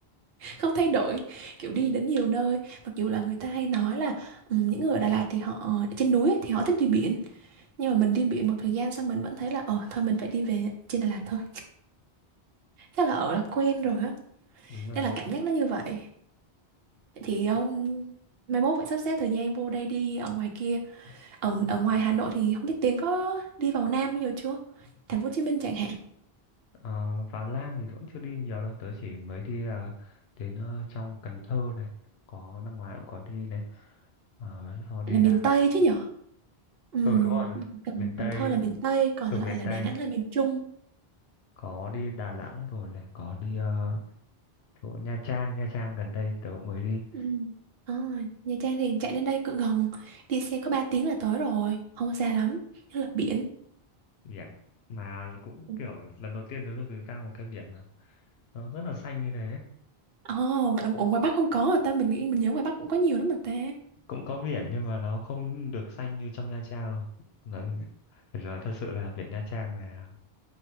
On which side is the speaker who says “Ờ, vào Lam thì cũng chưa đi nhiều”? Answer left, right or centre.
Left